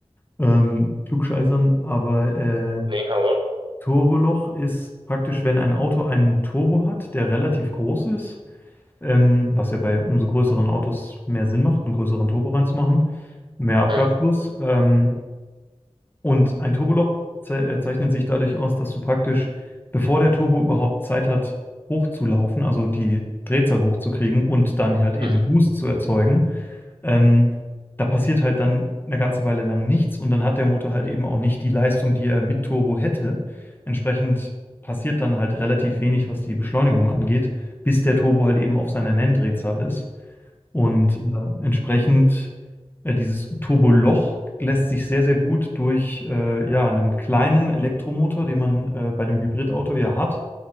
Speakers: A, on the left; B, on the right.
A: ähm, Klugscheißern, aber äh,
B: Nee, hau raus.
A: Turboloch ist praktisch, wenn ein Auto einen Turbo hat, der relativ groß ist, ähm, was ja bei umso größeren Autos mehr Sinn macht, einen größeren Turbo reinzumachen, mehr Abgasfluss.
B: Mhm.
A: Ähm, Und ein Turboloch ze äh, zeichnet sich dadurch aus, dass du praktisch, bevor der Turbo überhaupt Zeit hat, hochzulaufen, also die Drehzahl hochzukriegen und dann halt eben
B: Mhm.
A: Boost zu erzeugen, ähm, da passiert halt dann eine ganze Weile lang nichts und dann hat der Motor halt eben auch nicht die Leistung, die er mit Turbo hätte. Entsprechend passiert dann halt relativ wenig, was die Beschleunigung angeht, bis der Turbo halt eben auf seiner Nenndrehzahl ist. Und äh, entsprechend äh, dieses Turboloch lässt sich sehr, sehr gut durch äh, ja, einen kleinen Elektromotor, den man äh, bei einem Hybridauto ja hat,